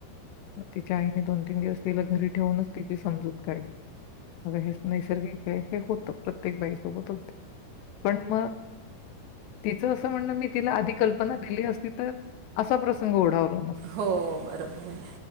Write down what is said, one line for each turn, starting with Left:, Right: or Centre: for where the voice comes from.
Left: तिच्या आईने दोन तीन दिवस तिला घरी ठेवूनच तिची समजूत काढली. अग हेच नैसर्गिक आहे हे होत प्रत्येक बाईसोबत होत पण मग तिचं असं म्हणणं मी तिला आधी कल्पना दिली असती तर असा प्रसंग ओढावलो.
Right: हो बरोबर आहे